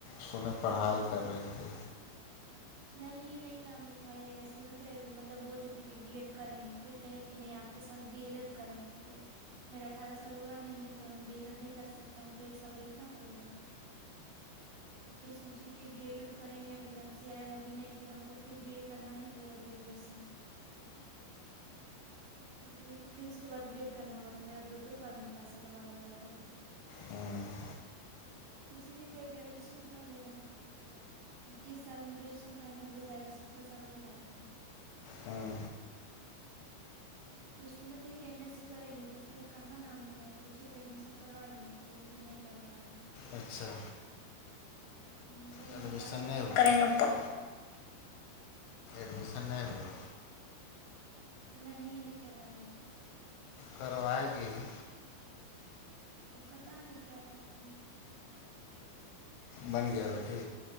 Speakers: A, on the left; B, on the right.
A: سہیں پڑھائی
B: گھر پہ
A: کر رہی تھی
B: نہیں نہیں نام لکھوائی سنت ہے مطلب بول رہی تھی کہ بی ایڈ کریں گے پھر کہیں کہ نہیں آپ کے ساتھ ڈی ایل ایڈ کریں گے تو میرا اٹھارہ سال ہوا نہیں ہے تو ہم ڈیلڈ نہیں کر سکتے ہم کو ایک سال بیٹھنا پڑے گا تو پھر سوچے کہ ڈی ایلڈ کریں گے ویکینسی آئے گا ا نہیں پھر ہم کو پھر بی ا کرنا ہی پڑے گا گریجویشن تو پھر پھر اس کے بعد بی ایڈ کرنا ہوگا تو میرا دو دو بارد میں پیسہ برباد ہو جائے گا
A: ہوں
B: تو اسی لیے پے گریجویشن ہی کر لے رہے ہیں اکیس سال میں گریجویشن فائنل ہو جائے گا سترہ سال ہو رہا ہےبھی
A: ہاں
B: تو پھر سنے تھے کہ ایم ایس سی کرے گی تو پھر کہاں نام لکھوایں پوھے تھے ایڈمیشن کروا لیے ہیں تو بولی کہ نہیں ہی کروائے ہیں
A: اچھا
B: ہ بول
A: ایڈمیشن
B: رہے ہیں کیا کریں
A: نہیں ہوا
B: گے ا پڑھ کے
A: پ- ایڈمیشن نہیں ہوا
B: نہیں نہیں کروائی ہے
A: کروائے گی ہی
B: پتا نہیں کیا کرتی ہے
A: بن گیا روٹی